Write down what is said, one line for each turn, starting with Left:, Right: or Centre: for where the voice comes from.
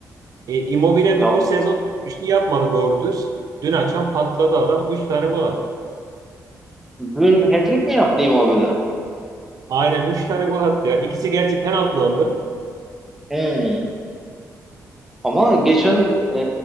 Right: E, Immobile
Centre: Ya,
Right: bütün sezon bir şey yapmadı doğru düz. Dün akşam patladı adam 3 tane gol attı.
Centre: dün hat-trick mi yaptı Immobile?
Right: Aynen 3 tane gol attı ya. İkisi gerçi penaltılandı.
Centre: Hmm. Ama geçen e,